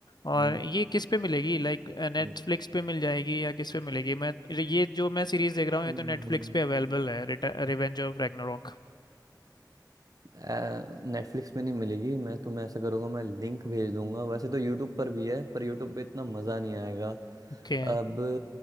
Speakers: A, on the left; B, on the right.
A: और
B: हम्म,
A: ये किस पे मिलेगी लाइक नेटफ्लिक्स
B: हम्म।
A: पे मिल जाएगी या किस पे मिलेगी मैं ये जो मैं सीरीज देख रहा
B: नहीं,
A: हूँ ये तो नेटफ्लिक्स
B: नहीं,
A: पे अवेलेबल है रिवेंज ऑफ रैग्नारोक
B: नेटफ्लिक्स पे नहीं मिलेगी मैं तुम्हें ऐसा करूँगा मैं लिंक भेज दूंगा वैसे तो यूट्यूब पर भी है पर यूट्यूब पे इतना मज़ा नहीं आएगा
A: ओके
B: अब